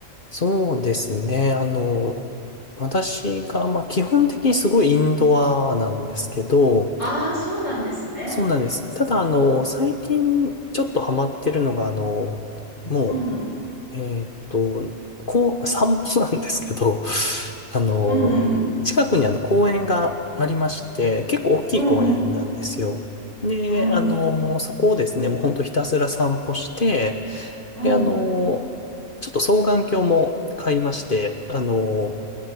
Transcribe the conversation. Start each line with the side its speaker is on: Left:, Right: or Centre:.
Left: そうですね。あの、私が、まあ基本的にすごいインドアなんですけど、
Right: ああー、そうなんですね。
Left: そうなんです。ただ、あの、最近ちょっとハマってるのが、あの、も
Right: うんうん。
Left: う、えーっと、こう、散歩なんですけど、<laughs> あの、
Right: うんうんうん。
Left: 近くにあの公園がありまして、結構大きい公園なんですよ。
Right: うんうん。
Left: で、
Right: うん
Left: あの、そこをですね、もうほんとひたすら散歩して、
Right: うん。
Left: で、あの、ちょっと双眼鏡も買いまして、あの、